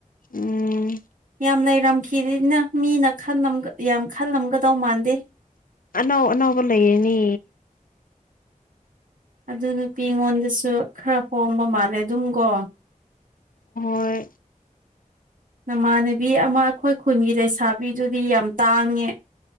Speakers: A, on the left; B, on the right.
A: ꯎꯝ
B: ꯌꯥꯝ ꯂꯩꯔꯝꯈꯤꯔꯤꯅ ꯃꯤ ꯈꯜꯂꯝꯒ ꯌꯥꯝ ꯈꯜꯂꯝꯒꯗꯧ ꯃꯥꯟꯗꯦ
A: ꯑꯅꯧ ꯑꯅꯧꯕ ꯂꯩꯌꯦꯅꯦ
B: ꯑꯗꯨ ꯅꯨꯄꯤ ꯑꯩꯉꯣꯟꯗꯁꯨ ꯈꯔ ꯍꯣꯡꯕ ꯃꯥꯜꯂꯦ ꯑꯗꯨꯝꯒꯣ
A: ꯍꯣꯏ
B: ꯅꯃꯥꯟꯅꯕꯤ ꯑꯃ ꯑꯩꯈꯣꯏ ꯈꯨꯟꯒꯤ ꯂꯩꯁꯥꯕꯤꯗꯨꯗꯤ ꯌꯥꯝ ꯇꯥꯡꯉꯦ